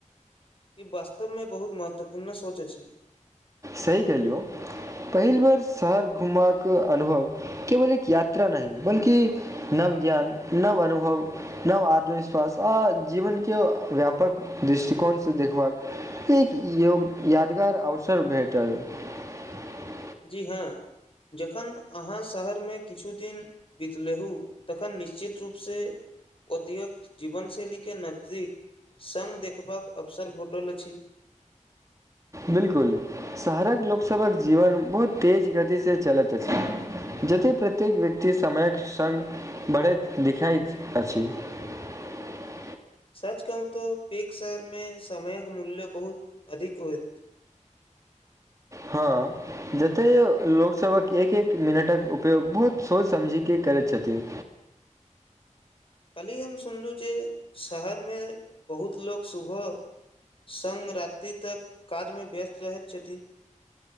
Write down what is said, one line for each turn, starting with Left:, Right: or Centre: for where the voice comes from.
Left: ई वास्तवमे बहुत महत्वपूर्ण सोच अछि।
Right: सही कहलियौ, पहिल बेर शहर घुमबाक अनुभव केवल एक यात्रा नहि बल्कि नव ज्ञान, नव अनुभव, नव आत्मविश्वास आ जीवन के व्यापक दृष्टिकोण सँ देखबाक एक योग यादगार आवश। सब भेटल। <unintelligible>
Left: जी हँ जखन अहाँ शहरमे किछु दिन बितलहुँ तखन निश्चित रूपसँ ओतेक जीवनशैलीके नजदीक सङ्ग देखबाक अवसर भेटल अछि। <unintelligible>
Right: बिल्कुल शहरक लोकसभक जीवन बहुत तेज गतिसँ चलैत अछि जतेक प्रत्येक व्यक्ति समयक सङ्ग बढ़ैत दिखाइत अछि। <unintelligible>
Left: सच कहूँ तऽ पक शहरमे समयक मूल्य बहुत अधिक होयत। <unintelligible>
Right: हँ, जते लोक सभ क एक एक मिनटक उपयोग बहुत सोचि समझिके करैत छथिन।
Left: कल्हि हम सुनलहुँ जे शहरमे बहुत लोक सुबह सङ्ग रात्रि तक काजमे व्यस्त रहैत छथि।